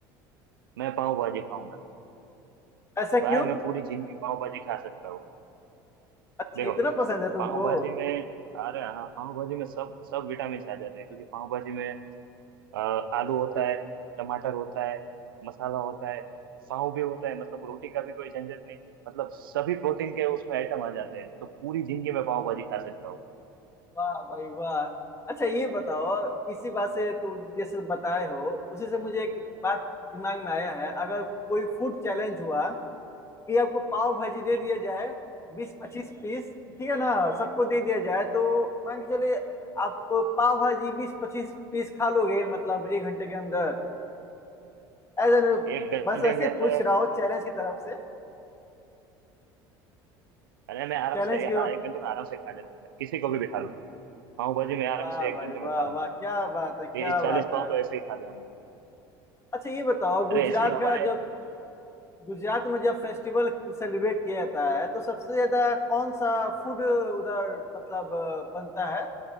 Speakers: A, on the right; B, on the left.
A: मैं पाव भाजी खाऊंगा
B: ऐसा क्यों
A: भाई मैं पूरी जिंदगी पाव भाजी खा सकता हूँ
B: अच्छा
A: देखो
B: इतना पसंद है
A: पाव
B: तुमको
A: भाजी में अरे हाँ पाव भाजी में सब सब विटामिन आ जाते हैं क्योंकि पाव भाजी में अ, आलू होता है टमाटर होता है मसाला होता है पाव भी होता है मतलब रोटी का भी कोई झंझट नहीं मतलब सभी प्रोटीन के उसमें आइटम आ जाते हैं तो पूरी जिंदगी में पाव भाजी खा सकता हूँ
B: वाह भाई वाह अच्छा ये बताओ इसी बात से तुम जैसे बताए हो उसी से मुझे एक बात दिमाग में आया है अगर कोई फूड चैलेंज हुआ कि आपको पाव भाजी दे
A: हम्म,
B: दिया जाए बीस पच्चीस पीस
A: हम्म।
B: ठीक है ना सबको दे दिया जाए तो मान के चलिए आप पाव भाजी बीस पच्चीस पीस खा लोगे मतलब एक घंटे के अंदर एज एन
A: एक घंटे
B: बस ऐसे
A: के अंदर
B: पूछ रहा हूँ चैलेंज की तरफ से
A: अरे मैं आराम
B: चैलेंज
A: से
B: की
A: हाँ एक घंटे में आराम से खा जाऊंगा मैं किसी को भी बिठा लो पाव भाजी में आराम
B: वाह
A: से एक
B: भाई
A: घंटे में
B: वाह
A: खा लूंगा
B: वाह क्या
A: मैं
B: बात है क्या
A: तीस चालीस
B: बात
A: पाव
B: है
A: तो ऐसे ही खा जाऊंगा
B: अच्छा ये बताओ गुजरात
A: अरे ऐसे ही हमारे
B: का जब गुजरात में जब फेस्टिवल सेलिब्रेट किया जाता है तो सबसे ज्यादा कौन सा फूड उधर मतलब बनता है